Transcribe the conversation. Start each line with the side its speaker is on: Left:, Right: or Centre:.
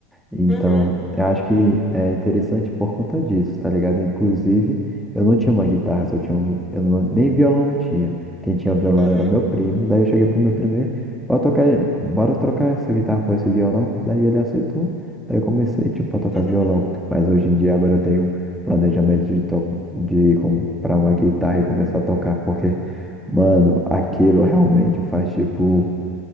Centre: Então,
Left: uhum,
Centre: eu acho que é interessante por conta disso, tá ligado? Inclusive, eu não tinha uma guitarra, só tinha um, eu não- nem violão eu tinha. Quem tinha violão
Left: uhum.
Centre: era meu primo. Daí eu cheguei pro meu primo, bora tocar, bora trocar essa guitarra por esse violão. Daí ele aceitou. Aí eu comecei, tipo, a tocar
Left: <laughs>
Centre: violão. Mas hoje em dia agora eu tenho um planejamento de, to de comprar uma guitarra e começar a tocar. Porque, mano, aquilo realmente faz, tipo,